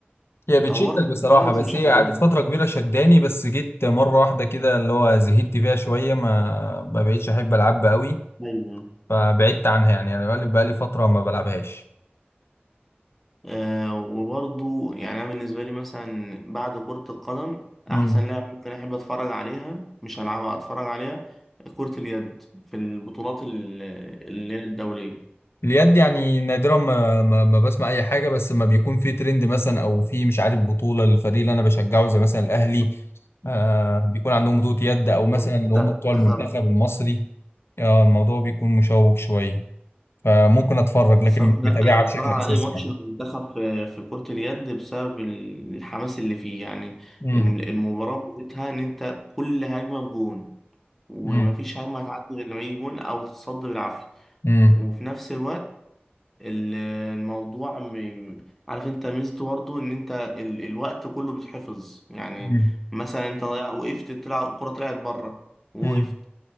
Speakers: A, on the left; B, in the centre.
A: هي بتشكل
B: طورت مستواي
A: بصراحة
B: بس
A: بس
B: مش
A: هي
B: عجبني
A: قعدت فترة كبيرة شداني بس جيت مرة واحدة كده اللي هو زهدت فيها شوية ما ما بقيتش أحب ألعبها قوي
B: أيوه
A: فبعدت عنها يعني أنا بقالي بقالي فترة ما بلعبهاش
B: آه وبرضو يعني أنا بالنسبة لي مثلا بعد كرة القدم
A: مم.
B: أحسن لعبة ممكن أحب أتفرج عليها مش هلعبها أتفرج عليها كرة اليد في البطولات ال- اللي هي الدولية
A: اليد يعني نادرا ما, ما, ما بسمع أي حاجة بس ما بيكون في ترند مثلا أو في مش عارف بطولة للفريق اللي أنا بشجعه زي مثلا الأهلي آه بيكون عندهم بطولة يد أو مثلا
B: مم.
A: اللي هم بتوع المنتخب المصري آه الموضوع بيكون مشوق شوية فممكن أتفرج لكن
B: الصراحة
A: مش
B: لا
A: متابعها
B: أنا بتفرج
A: بشكل
B: على
A: أساسي
B: أي ماتش
A: يعني
B: دخل في في كرة اليد بسبب ال- الحماس اللي فيه يعني
A: مم.
B: الم- المباراة ميزتها إن أنت كل هجمة بجون ومفيش
A: مم.
B: هجمة هتعدي غير لما يجي جون أو تتصد بالعافية
A: امم
B: وفي نفس الوقت ال- الموضوع م- عارف أنت ميزته برضه إن أنت ال- الوقت كله بيتحفظ يعني
A: امم
B: مثلا أنت ضيع وقفت تلعب الكرة طلعت بره وقفت
A: امم